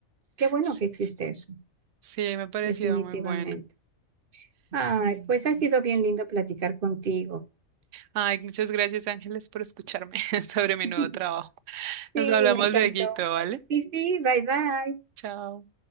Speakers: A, on the right; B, on the right.
A: Qué bueno
B: Sí,
A: que existe eso,
B: sí, me pareció
A: definitivamente.
B: muy bueno.
A: Ay,
B: Bueno.
A: pues ha sido bien lindo platicar contigo.
B: Ay, muchas gracias, Ángeles, por escucharme <laughs> sobre mi
A: <laughs>
B: nuevo trabajo.
A: Sí,
B: Nos hablamos
A: me encantó.
B: luego, ¿vale?
A: Y sí, bye bye.
B: Chao.